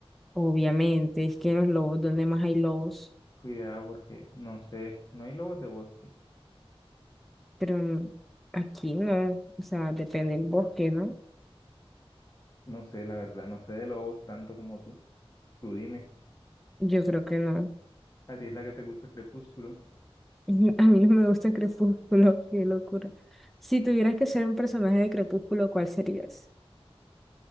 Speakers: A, in the centre; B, on the left.
A: obviamente, es que los lobos, ¿dónde más hay lobos?
B: Cuidado porque no sé, no hay lobos de bosque.
A: Pero mm, aquí no, o sea, depende del bosque, ¿no?
B: No sé, la verdad, no sé de lobos tanto como tú. Tú dime,
A: Yo creo que no.
B: ¿a ti es la que te gusta Crepúsculo?
A: <laughs> A mí no me gusta Crepúsculo, <laughs> qué locura. Si tuvieras que ser un personaje de Crepúsculo, ¿cuál serías?